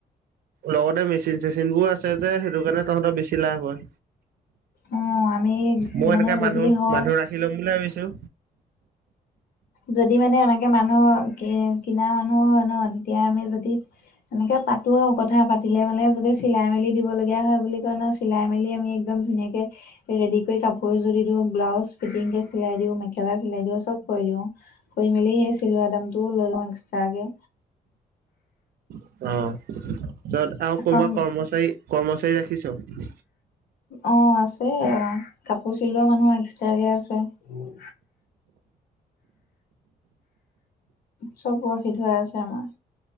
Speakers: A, on the right (about 75°); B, on the left (about 75°).
A: লগতে মেচিন চেচিন বোৰ আছে যে সেইটো কাৰণে তাহঁতৰ বেছি লাভ হয়।
B: অ' আমি
A: মই
B: মানে
A: এনেকে
B: যদি
A: মানুহ
B: হয়
A: মানুহ ৰাখি লম বুলি ভাবিছো।
B: যদি মানে এনেকে মানুহ কি কিনা মানুহ হয় ন তেতিয়া আমি যদি। এনেকে পাতো আৰু কথা পাতিলে মানে যদি চিলাই মেলি দিব লগীয়া হয় বুলি কয় নহ। চিলাই মেলি আমি একদম ধুনীয়াকৈ। ৰেড কৰি কাপোৰ যোৰ দিওঁ ব্লাউজ ফিটিংকে চিলাই দিওঁ মেকেলা চিলাই দিওঁ চব কৈ দিওঁ। কৰি মেলি সেই চিলোৱা দামটোও লৈ লওঁ এক্স্ৰাকে।
A: অ' তত আৰু কোনোবা
B: এখন
A: কৰ্মচাৰী কৰ্মচাৰী ৰাখিছ?
B: অ' আছে আমাৰ, কাপোৰ চিলোৱা মানুহ এক্সট্ৰাকে আছে। উম। চব সুবিধা হৈ আছে আমাৰ।